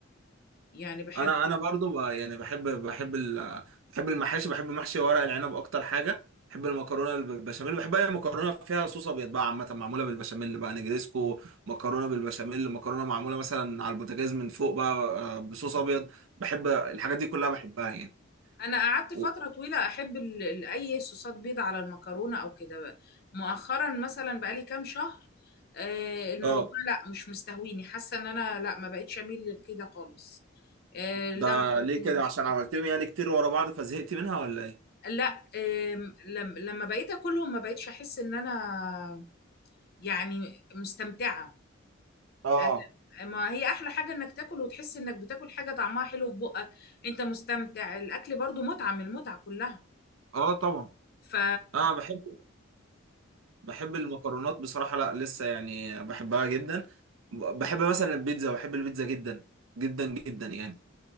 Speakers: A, on the left (about 50°); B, on the right (about 75°).
A: يعني بحبه
B: انا انا برضو ب- يعني بحب بحب ال- بحب المحاشي بحب محشي ورق العنب اكتر حاجه بحب المكرونه بالبشاميل بحب اي مكرونه فيها صوص ابيض بقى عامه معموله بالبشاميل بقى نجريسكو مكرونه بالبشاميل مكرونه معموله مثلا على البوتاجاز من فوق بقى آه، بصوص ابيض بحب الحاجات دي كلها بحبها يعني
A: انا قعدت فتره
B: و-
A: طويله احب ال- ال- اي صوصات بيض على المكرونه او كده بقى. مؤخرا مثلا بقالي كام شهر آه، الموضوع
B: اه
A: لا مش مستهويني حاسه ان انا لا ما بقتش اميل لكده خالص آه، لا
B: ده
A: مكرونه
B: ليه كده
A: بش
B: عشان عملتهم يعني كتير ورا بعض فزهقت منها ولا ايه
A: لا آم، لم- لما بقيت اكلهم ما بقيتش احس ان انا يعني مستمتعه
B: اه
A: آه، ما هي احلى حاجه انك تاكل وتحس انك بتاكل حاجه طعمها حلو في بقك انت مستمتع الاكل برضو متعه من المتعه كلها
B: اه طبعا
A: ف
B: اه بحب بحب المكرونات بصراحة لا لسه يعني بحبها جدا بحب مثلا البيتزا بحب البيتزا جدا جدا جدا يعني